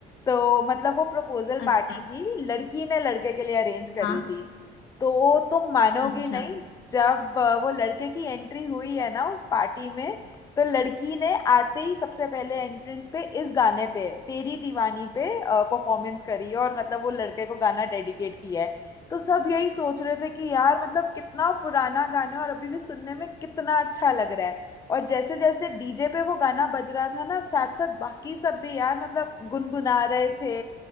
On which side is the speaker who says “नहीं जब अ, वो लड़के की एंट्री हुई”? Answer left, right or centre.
Left